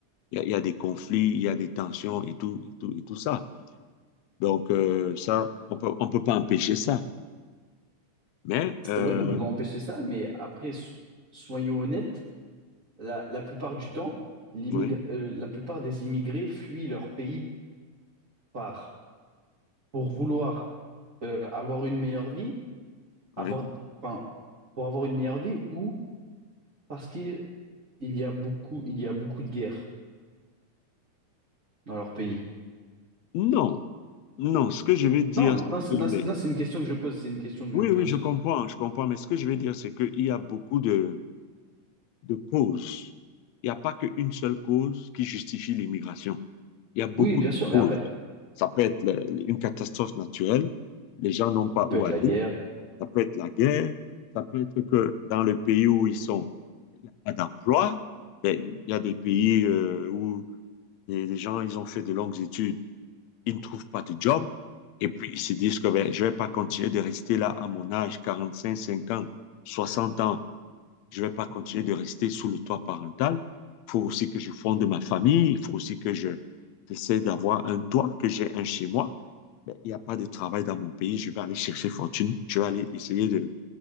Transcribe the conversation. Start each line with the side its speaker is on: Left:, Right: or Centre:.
Left: il y, a, y a des conflits, il y a des tensions et tout, et tout, et tout ça. Donc, euh, ça, on peut, on peut pas empêcher ça. Mais,
Right: C'est
Left: euh,
Right: vrai qu'on peut pas empêcher ça, mais après, so- soyons honnêtes, la, la plupart du temps, l'immigr-
Left: oui,
Right: euh, la plupart des immigrés fuient leur pays par, pour vouloir euh, avoir une meilleure vie avoir,
Left: oui.
Right: enfin, pour avoir une meilleure vie ou parce qu'il y a beaucoup, il y a beaucoup de guerres dans leur pays?
Left: Non, non, ce que je veux dire,
Right: Non, non,
Left: c'est que
Right: c'est, non,
Left: les-
Right: c'est non, c'est une question que je pose, c'est une question que
Left: Oui,
Right: je pose.
Left: oui, je comprends, je comprends, mais ce que je veux dire, c'est qu'il y a beaucoup de, de causes. Il n'y a pas qu'une seule cause qui justifie l'immigration. Il y a beaucoup
Right: Oui, bien
Left: de
Right: sûr,
Left: causes.
Right: mais après,
Left: Ça peut être le- le- une catastrophe naturelle, les gens n'ont pas
Right: ça peut
Left: où
Right: être
Left: aller,
Right: la guerre.
Left: ça peut être la guerre, ça peut être que dans le pays où ils sont, il n'y a pas d'emploi. Mais Il y a des pays euh, où les les gens, ils ont fait de longues études ils ne trouvent pas de job. Et puis, ils se disent que ben, je ne vais pas continuer de rester là à mon âge, quarante cinq cinquante 60 ans. Je ne vais pas continuer de rester sous le toit parental. Il faut aussi que je fonde ma famille. Il faut aussi que je, j'essaie d'avoir un toit, que j'ai un chez moi. Ben, il n'y a pas de travail dans mon pays. Je vais aller chercher fortune. Je vais aller essayer de,